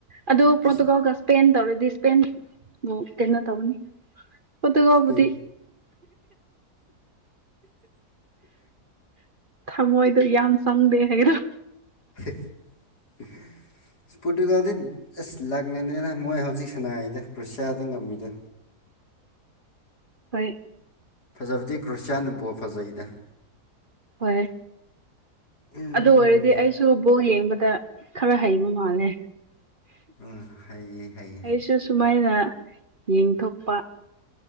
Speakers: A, on the right; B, on the left.
A: ꯑꯗꯨ ꯄꯣꯠꯇꯒꯒꯁ
B: ꯏꯁ
A: ꯄꯄꯦꯟ ꯇꯧꯔꯗꯤ ꯁꯄꯦꯟꯕꯨꯛ ꯀꯩꯅꯣ ꯇꯧꯅꯤ ꯄꯨꯗꯨꯒꯜꯕꯨꯗꯤ
B: ꯏꯁꯄꯦꯟ
A: ꯊꯝꯃꯣꯏꯗꯣ ꯌꯥꯝ ꯄꯪꯗꯦ ꯍꯥꯏꯔꯣ
B: <unintelligible> ꯄꯣꯔꯇꯨꯒꯥꯜꯗꯤ ꯑꯁ ꯂꯥꯛꯅꯅꯤꯅ ꯃꯣꯏ ꯍꯧꯖꯤꯛ ꯁꯅꯥꯏꯗ ꯀ꯭ꯔꯨꯁꯤꯌꯥꯗ ꯉꯝꯃꯤꯗ
A: ꯍꯣꯏ
B: ꯐꯖꯕꯗꯤ ꯈ꯭ꯔꯤꯁꯌꯥꯅ ꯕꯣꯜ ꯐꯖꯩꯗ
A: ꯍꯣꯏ
B: ꯎꯝ
A: ꯑꯗꯨ ꯑꯣꯏꯔꯗꯤ ꯑꯩꯁꯨ ꯁꯨ ꯕꯣꯜ ꯌꯦꯡꯕꯗ ꯈꯔ ꯍꯩꯕ ꯃꯥꯜꯂꯦ
B: ꯑꯥ ꯍꯩꯌꯦ ꯍꯩꯌꯦ
A: ꯑꯩꯁꯨ ꯁꯨꯃꯥꯏꯅ ꯌꯦꯡꯊꯣꯛꯄ